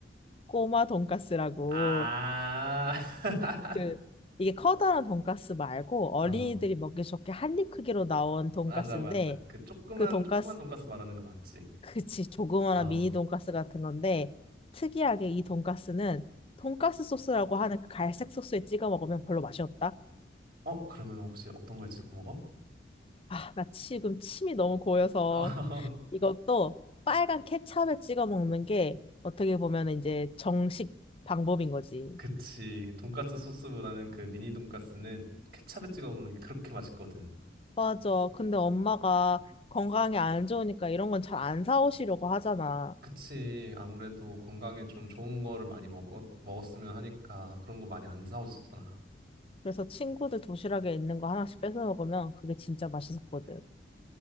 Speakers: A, on the left (about 30°); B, on the right (about 55°).
A: 꼬마 돈까스라고.
B: 아, <laughs>
A: 그, 이게 커다란 돈까스 말고 어린이들이
B: 어,
A: 먹기 좋게 한 입 크기로 나온 돈까스인데
B: 맞아, 맞아. 그 조그만,
A: 그 돈까스,
B: 조그만 돈가스 말하는 거 맞지?
A: 그치, 조그마한
B: 어,
A: 미니 돈까스 같은 건데 특이하게 이 돈까스는 돈까스 소스라고 하는 그 갈색 소스에 찍어 먹으면 별로 맛이 없다.
B: 어, 그러면 혹시 어떤 걸 찍어 먹어?
A: 아, 나 지금 침이 너무 고여서.
B: 어, <laughs>
A: 이것도 빨간 케찹에 찍어 먹는 게 어떻게 보면 이제 정식 방법인 거지.
B: 그치. 돈가스 소스보다는 그 미니 돈가스는 케찹에 찍어 먹는 게 그렇게 맛있거든.
A: 맞아. 근데 엄마가 건강에 안 좋으니까 이런 건 잘 안 사오시려고 하잖아.
B: 그치. 아무래도 건강에 좀 좋은 거를 많이 먹었, 먹었으면 하니까 그런 거 많이 안 사오셨잖아.
A: 그래서 친구들 도시락에 있는 거 하나씩 뺏어 먹으면 그게 진짜 맛있었거든.